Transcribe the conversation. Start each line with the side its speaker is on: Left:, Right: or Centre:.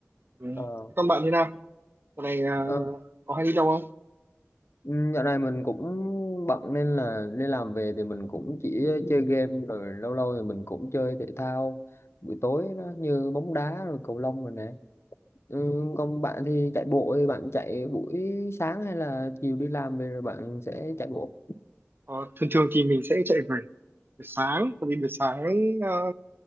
Right: ừ.
Left: ờ,
Right: Thế Còn bạn thế nào? Dạo này ờ,
Left: ờ.
Right: có hay đi đâu không?
Left: Ừ, Dạo này mình cũng bận nên là đi làm về thì mình cũng chỉ chơi game rồi lâu lâu thì mình cũng chơi thể thao buổi tối nó như bóng đá rồi cầu lông rồi nè. Ừ, còn bạn thì chạy bộ thì bạn chạy buổi sáng hay là chiều đi làm về rồi bạn sẽ chạy bộ?
Right: Ờ, thường thường thì mình sẽ chạy buổi buổi sáng tại vì buổi sáng ờ,